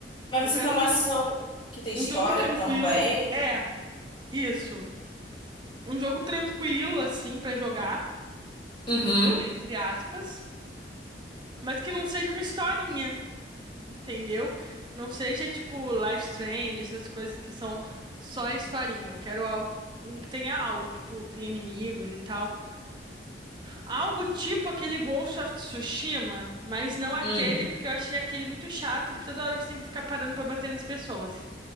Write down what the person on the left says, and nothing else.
Mas
você quer uma
ação que tem
história
também?
Uhum.
Hum.